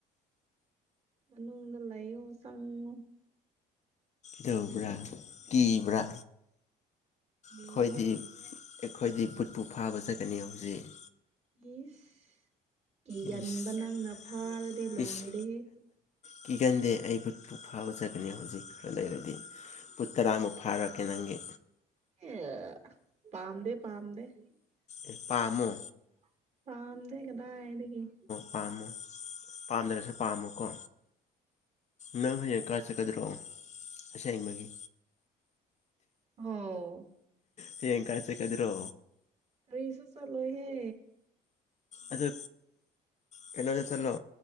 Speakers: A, on the right (about 40°); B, on the left (about 45°).
A: ꯃꯅꯨꯡꯗ ꯂꯩꯑꯣ ꯆꯪꯉꯣ
B: ꯀꯔꯤꯒꯤꯔ ꯀꯤꯕ꯭ꯔꯥ
A: ꯀꯤꯗꯦ
B: ꯑꯩꯈꯣꯏꯗꯤ ꯑꯩꯈꯣꯏꯗꯤ ꯕꯨꯠꯄꯨ ꯐꯥꯕ ꯆꯠꯀꯅꯤ ꯍꯧꯖꯤꯛ
A: ꯏꯁ ꯀꯤꯒꯟꯕ
B: ꯏꯁ
A: ꯅꯪꯅ ꯐꯥꯔꯗꯤ ꯂꯣꯏꯔꯦꯍꯦ
B: ꯏꯁ ꯀꯤꯒꯟꯗꯦ ꯑꯩ ꯕꯨꯠꯄꯨ ꯐꯥꯕ ꯆꯠꯀꯅꯤ ꯍꯧꯖꯤꯛ ꯈꯔ ꯂꯩꯔꯗꯤ ꯇꯔꯥꯃꯨꯛ ꯐꯥꯔꯛꯀꯦ ꯅꯪꯒꯤ
A: ꯑ ꯄꯥꯝꯗꯦ ꯄꯝꯗꯦ <unintelligible>
B: ꯑꯦ ꯄꯥꯝꯃꯣ
A: ꯄꯝꯗꯦ ꯀꯗꯥꯢꯗꯒꯝ
B: ꯄꯥꯝꯃꯨ ꯄꯥꯝꯗ꯭ꯔꯁꯨ ꯄꯥꯝꯃꯨꯀꯣ ꯅꯪ ꯍꯌꯦꯡ ꯀꯥ ꯆꯠꯀꯗ꯭ꯔꯣꯑꯣ ꯑꯁ ꯌꯦꯡꯕꯒꯤ
A: ꯍꯥꯎ
B: ꯍꯌꯦꯡ ꯀꯥꯏ ꯆꯠꯀꯗ꯭ꯔꯣ
A: ꯀꯔꯤꯁꯨ ꯆꯂꯣꯏꯍꯦ
B: ꯑꯗꯨ ꯀꯩꯅꯣꯗ ꯆꯠꯂꯣ